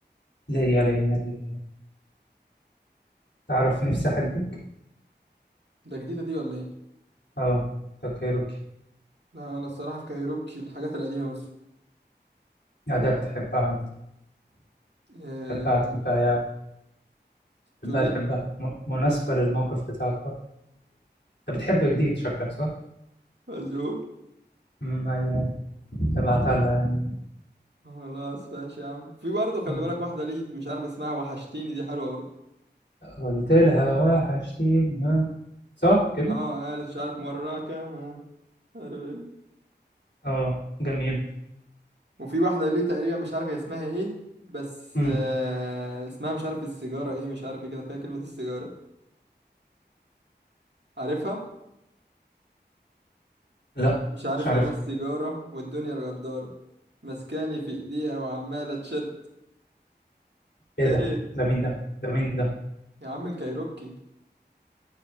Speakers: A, on the left; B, on the right.
A: ليا ليا ليا تعرف نفسي أحبك؟
B: ده جديدة دي ولا ايه؟
A: أه فكرك
B: لا انا الصراحه في كايروكي الحاجات القديمه بس
A: يا ده تحبها أنت
B: آه،
A: تحبها تحبها يا تحبها
B: تقول إيه...
A: تحبها
B: توليه
A: م- مناسبة للموقف بتاعك برضه أنت بتحب جديد شكلك صح؟
B: مزول
A: أمم أيوه ابعتها لها يعني
B: خلاص ماشي يا عم في برضه خلي
A: أمم.
B: بالك واحده ليه مش عارف اسمها وحشتيني دي حلوه برضه
A: قلت لها وحشتيني صح كده؟
B: اه قالت مش عارف مرة كمان مش عارف ايه
A: أه جميل
B: وفي واحدة ليه تقريبا مش عارف هي اسمها ايه بس
A: أمم
B: آه اسمها مش عارف السيجارة ايه مش عارف ايه كده فيها كلمة السيجارة عارفها
A: لا
B: مش عارف
A: مش عارف
B: انا السيجارة والدنيا الغدارة مسكاني في ايديها وعمالة تشد
A: ايه
B: ايه
A: ده ده مين ده ده مين ده
B: يا عم الكايروكي